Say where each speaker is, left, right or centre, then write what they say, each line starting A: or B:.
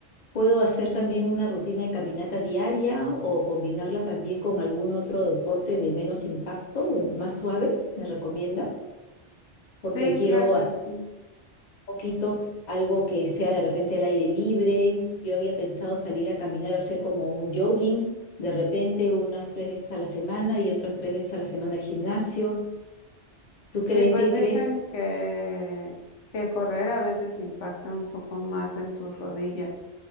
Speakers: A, on the left; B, on the left.
A: Puedo hacer también una rutina de caminata diaria o combinarla también con algún otro deporte de menos impacto, de más suave, ¿me recomiendas? Porque
B: Sí,
A: quiero
B: claro que
A: a-
B: sí.
A: un poquito algo que sea de repente al aire libre. Yo había pensado salir a caminar, hacer como un jogging, de repente unas tres veces a la semana y otras tres veces a la semana al gimnasio. ¿Tú crees
B: Sí, pues
A: que
B: dicen
A: crees?
B: que, que correr a veces impacta un poco más en tus rodillas,